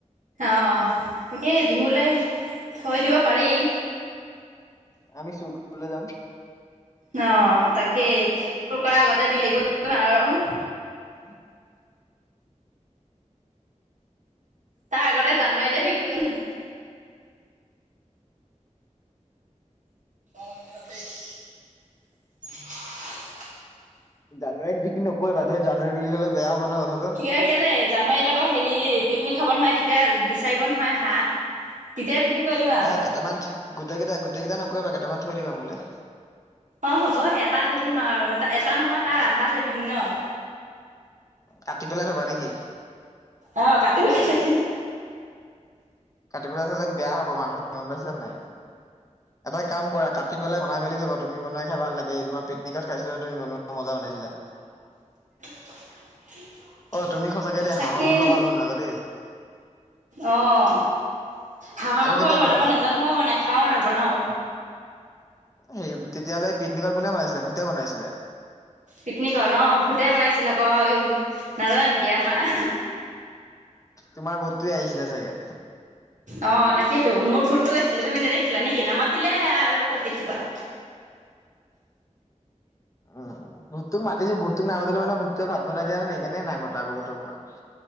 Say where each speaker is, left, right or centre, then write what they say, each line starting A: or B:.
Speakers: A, on the right; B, on the left.
A: অঁ তাকে বিহুলে থৈ দিব পাৰি
B: আমি চুৰ কৰিবলে যাম।
A: ন তাকেই। ক কৰা আগতে বিল কৰি আৰু।
B: <inaudible>
A: তাৰ আগতে জানুৱাৰীতে বিক্ৰী কৰি দিম। <inaudible>
B: জানুৱাৰীত বিক্ৰী নকৰিবা ধেত। জানুৱাৰীত বিক্ৰী কৰিলে বেয়া হ'ব। নহয় কথাটো।
A: কিয় হিকানে জানুৱাৰীত আকৌ হেৰি পিকনিক খাব নহয় তিতিয়া। বিচাৰিব নহয় হাঁহ। তেতিয়া বিক্ৰী কৰি দিম
B: নাই
A: আৰু
B: কেটেমান ঠি, গোটেই কেইটা গোটেই কেইটা নকৰিবা কেটেমান থৈ দিবা মোলে।
A: অ হ'ব এটা থৈ দিম আৰু, এটা নহয় তাৰ আধা থৈ দিম ন?
B: কাটি পেলাই থবা নেকি?
A: অ কাটি পেলাই থৈ দিম
B: কাটি পেলাই থলে বেয়া হ'ব মাংস গম পাইছা নে নাই। এটা কাম কৰা কাটি পেলাই বনাই মেলি থবা তুমি বনাই খাই ভাল লাগেই, তোমাৰ পিকনিকত খাইছিলা তুমি বনোৱা মজা বনাইছিলা।
A: <inaudible>
B: অ তুমি সঁচাকে দেই
A: তাকেই।
B: হাঁহৰ মাংস ভাল বনোৱা আকৌ দেই।
A: অহ। হাঁহৰ
B: আকৌ
A: মাংস
B: কেতিয়া
A: মই বনাব
B: খুৱাবা
A: নেজানো নহয়। মই নেখাওঁ নবনাও।
B: হেৰি, তেতিয়াহ'লে পিকনিকত কোনে বনাইছিলে ভূতে বনাইছিলে?
A: পিকনিকৰ ন ভূতে বনাইছিল আকৌ নাজানে নেকি আমাৰ
B: তোমাৰ ভূতটোৱে আহিছিলে চাগে
A: অঁ তাকেইেতো মোৰ ভূতটো গৈছিলে তুমি নেদেখিলা নেকি নামাতিলে আৰু ক'ত দেখিবা
B: উম ঋতুক মাতিছিল <unintelligible> সেইকাৰণে নাই মতা আকৌ পতককৈ